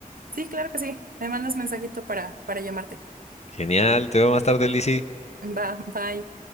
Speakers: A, on the right; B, on the left.
A: Sí, claro que sí, me mandas mensajito para, para llamarte.
B: Genial, te veo más tarde, Lizzy.
A: Va, bye.